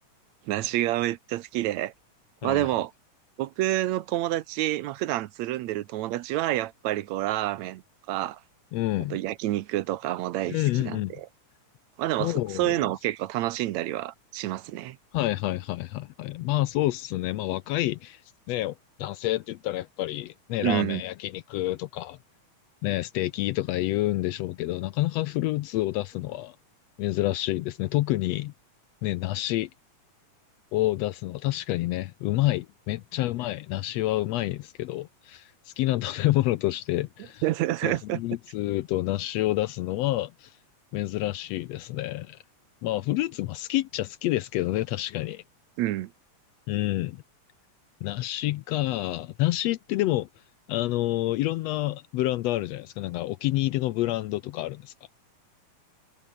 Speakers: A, on the right; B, on the left.
A: 梨がめっちゃ好きで。
B: はいはい。
A: まあでも、僕の友達、まあ普段つるんでる友達は、やっぱりこう、ラーメンとか、
B: うん。
A: あと焼肉とかも大好きなんで。
B: うんうんうん。
A: まあでもそ、
B: もう、
A: そういうのを結構楽しんだりはしますね。
B: はいはいはいはいはい。まあそうっすね。まあ若い、ね、男性って言ったらやっぱりね、
A: うん。
B: ラーメン、焼肉とか、ね、ステーキとか言うんでしょうけど、なかなかフルーツを出すのは珍しいですね。特に、ね、梨を出すのは確かにね、うまい。めっちゃうまい。梨はうまいんですけど、好きな食べ物として、
A: <laughs>
B: ね、フルーツと梨を出すのは珍しいですね。まあ、フルーツまあ好きっちゃ好きですけどね、確かに。
A: うん。
B: うん。梨か。梨ってでも、あのいろんなブランドあるじゃないですか。なんかお気に入りのブランドとかあるんですか